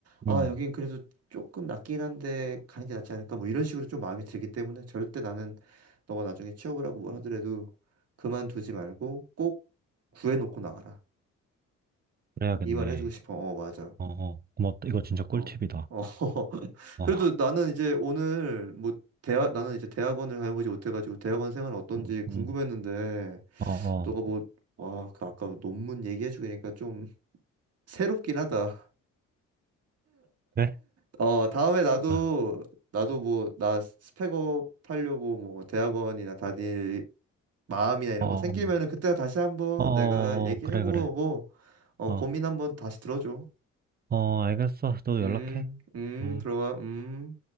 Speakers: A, on the right; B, on the right.
A: 아
B: 음,
A: 여긴 그래도 조금 낫긴 한데 가는 게 낫지 않을까 뭐 이런 식으로 좀 마음이 들기 때문에 절대 나는 너가 나중에 취업을 하고 뭘 하더라도 그만두지 말고 꼭 구해놓고 나가라.
B: 그래야겠네.
A: 이 말을 해주고 싶어. 어, 맞아.
B: 어, 어, 고맙다. 이거 진짜 꿀팁이다.
A: 어, 어. <laughs>
B: 어,
A: 그래도 나는 이제 오늘 뭐 대학 나는 이제 대학원을 다녀보지 못해가지고 대학원 생활 어떤지
B: 음,
A: 궁금했는데
B: 음, 어,
A: 너가
B: 어,
A: 뭐 와, 그 아까 논문 얘기해주니까 좀 새롭긴 하다.
B: 그래?
A: 어, 다음에 나도
B: 아,
A: 나도 뭐 나 스펙업 하려고 뭐 대학원이나 다닐 마음이나 이런
B: 어,
A: 거 생기면은
B: 어,
A: 그때 다시 한번
B: 어, 어,
A: 내가 얘기해보고
B: 어. 그래, 그래.
A: 어,
B: 어,
A: 고민 한번 다시 들어줘.
B: 어, 알겠어. 또
A: 음,
B: 연락해.
A: 음,
B: 음.
A: 들어가, 음.